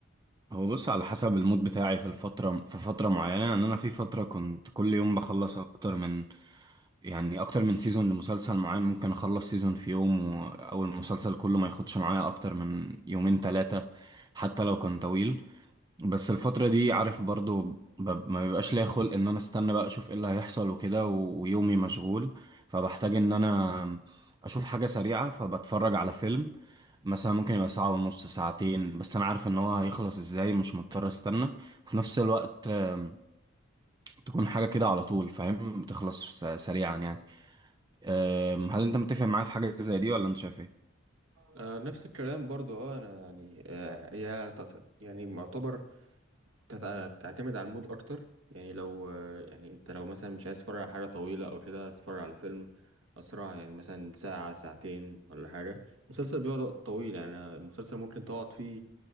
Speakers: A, on the right; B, on the right.
A: هو بص على حسب المود بتاعي في الفترة في فترة معينة يعني انا في فترة كنت كل يوم بخلص اكتر من يعني اكتر من سيزون لمسلسل معين ممكن اخلص سيزون في يوم و- او المسلسل كله ما ياخدش معايا اكتر من يومين ثلاثة حتى لو كان طويل بس الفترة دي عارف برضو ب- ما بيبقاش ليا خلق ان انا استنى بقى اشوف ايه اللي هيحصل وكده و- ويومي مشغول فبحتاج ان انا اشوف حاجة سريعة فبتفرج على فيلم مثلا ممكن يبقى ساعة ونص ساعتين بس انا عارف ان هو هيخلص ازاي مش مضطر استنى وفي نفس الوقت آم، تكون حاجة كده على طول فاهم بتخلص س- سريعا يعني آم، هل انت متفق معايا في حاجة زي دي ولا انت شايف ايه؟
B: آه نفس الكلام برضو اه انا يعني آه هي تعت- يعني معتبر تت- تعتمد على المود اكتر يعني لو آه يعني انت لو مثلا مش عايز تتفرج على حاجه طويله او كده تتفرج على فيلم اسرع يعني مثلا ساعه ساعتين ولا حاجه مسلسل بيقعد وقت طويل يعني المسلسل ممكن تقعد فيه